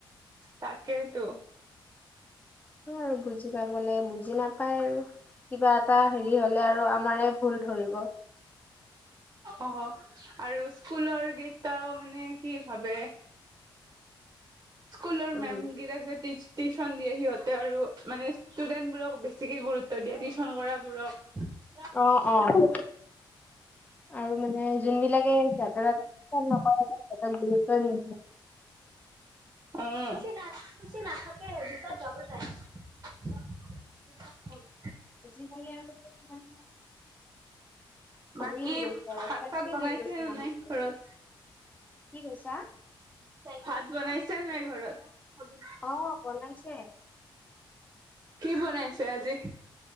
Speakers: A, on the right; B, on the left.
A: তাকেইতো।
B: হে আৰু বুজি পাব লাগে বুজি নাপায় আৰু। কিবা এটা হেৰি হলে আৰু আমাৰে ভুল ধৰিব।
A: অ আৰু স্কুলৰ গেইটাও মানে কি ভাবে। স্কুলৰ
B: উম,
A: মেম গিলাক যে টিছ টিশচন দিয়ে সিহঁতে আৰু মানে ষ্টুডেন্টবোৰক বেছিকে গুৰুত্ব দিয়ে টিশচন কৰাবোৰক।
B: অ', অ', আৰু মানে যোনবিলাকে সিহঁতৰত তাত নকৰে হেটক গুৰুত্বই নিদিয়ে
A: ন খুচি নাথাকেজচত যাব নাগ <unintelligible> <inaudible>
B: ত চি <unintelligible>
A: বাকী
B: হৈ গৈছে আৰু
A: ভাত
B: চেলফিচ
A: চাত বনাইছে
B: হৈ গৈছে
A: নে
B: মানুহবোৰ
A: নাই ঘৰত
B: কি কৈছা।
A: ভাত বনাইছে নাই ঘৰত।
B: অ বনাইছে।
A: কি বনাইছে আজি।